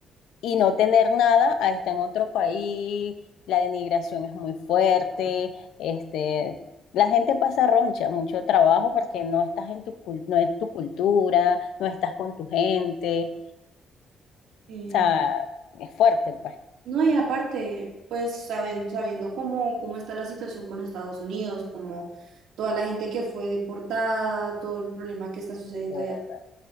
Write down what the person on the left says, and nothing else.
y no tener nada a estar en otro país, la denigración es muy fuerte, este, la gente pasa roncha, mucho trabajo porque no estás en tu, cul- no es tu cultura, no estás con tu gente,
o sea, es fuerte, pues.
o-